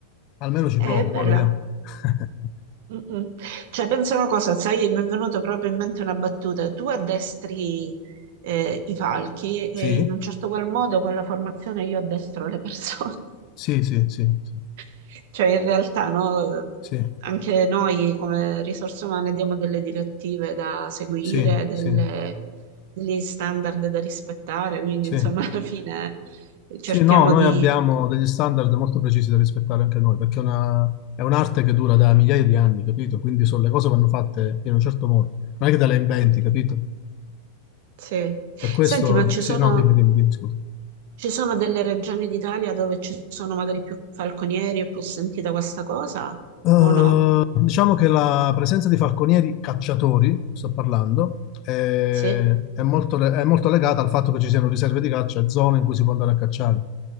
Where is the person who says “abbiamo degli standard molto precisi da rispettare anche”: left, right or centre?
Left